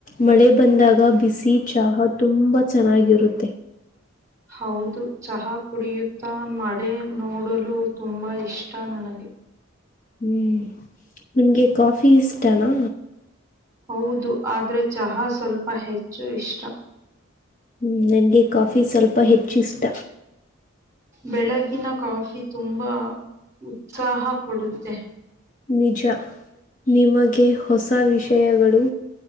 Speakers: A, on the left; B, on the right.
A: ಮಳೆ ಬಂದಾಗ ಬಿಸಿ ಚಹಾ ತುಂಬಾ ಚೆನ್ನಾಗಿರುತ್ತೆ
B: ಹೌದು ಚಹಾಬ್ ಕುಡಿಯುತ್ತಾ ಮಡೆ ನೋಡಲು ತುಂಬಾ ಇಷ್ಟ ನನಗೆ
A: ಹ್ಮ್ ನಿಮ್ಗೆ ಕಾಫಿ ಇಷ್ಟನಾ?
B: ಹೌದು ಆದ್ರೆ ಚಹಾ ಸ್ವಲ್ಪ ಹೆಚ್ಚು ಇಷ್ಟ.
A: ಹ್ಮ್ ನಂಗೆ ಕಾಫಿ ಸ್ವಲ್ಪ ಹೆಚ್ಚು ಇಷ್ಟ.
B: ಬೆಳಗಿನ ಕಾಫಿ ತುಂಬಾ ಉತ್ಸಾಹ ಕೊಡುತ್ತೆ.
A: ನಿಜ ನಿಮಗೆ ಹೊಸ ವಿಷಯಗಳು